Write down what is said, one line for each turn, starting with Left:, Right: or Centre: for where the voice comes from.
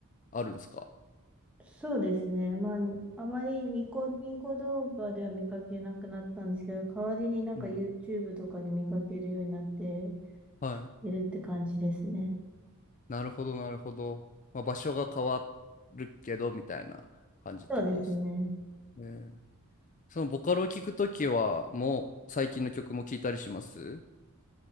Left: あるんですか
Centre: そうですね。まあ、あまりニコニコ動画では見かけなくなったんですけど、代わりになんか
Left: うん
Centre: YouTube とかで見かけるようになって
Left: はい。
Centre: 聴いてるって感じですね。
Left: なるほど、なるほど。まあ、場所が変わるけど、みたいな感じってことです。
Centre: そうですね。
Left: ねそのボカロを聞くときは、もう最近の曲も聞いたりします